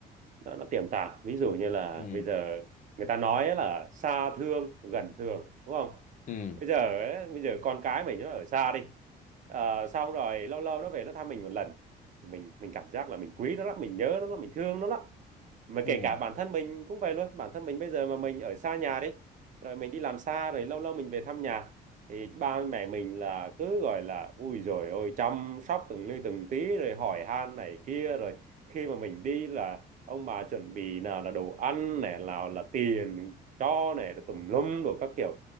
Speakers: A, on the right (about 50°); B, on the left (about 50°).
A: nó, nó tiềm tàng. Ví dụ như là
B: ừ
A: bây giờ người ta nói ấy là xa thương, gần thương, đúng không?
B: ừ
A: Bây giờ ấy, bây giờ con cái mình nó ở xa đi. Ờ, xong rồi lâu lâu nó về nó thăm mình một lần. Thì mình mình cảm giác là mình quý nó lắm, mình nhớ nó lắm, mình thương nó lắm mà
B: ừ
A: kể cả bản thân mình cũng vậy luôn bản thân mình bây giờ mà mình ở xa nhà đi rồi mình đi làm xa rồi lâu lâu mình về thăm nhà thì ba mẹ mình là cứ gọi là ui rồi ôi chăm sóc từng ly từng tí rồi hỏi han này kia rồi khi mà mình đi là ông bà chuẩn bị nào là đồ ăn này nào là tiền cho này rồi tùm lum đồ các kiểu